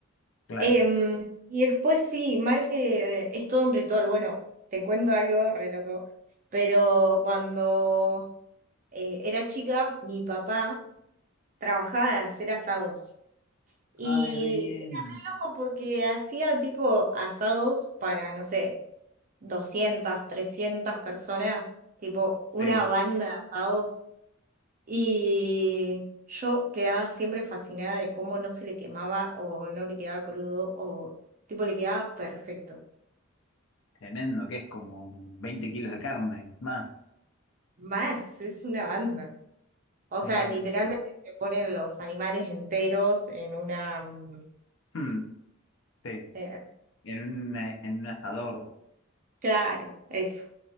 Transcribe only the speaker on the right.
Em, y después sí, mal que es todo un ritual. Bueno, te cuento algo re loco, pero cuando eh, era chica, mi papá trabajaba de hacer asados. Y
era re loco porque hacía tipo asados para, no sé, 200 300 personas, tipo
una banda de asado. Y yo quedaba siempre fascinada de cómo no se le quemaba o no le quedaba crudo o tipo le quedaba perfecto.
Más, es una banda. O
sea, literalmente se ponen los animales enteros en una... mm,
eh,
Claro, eso.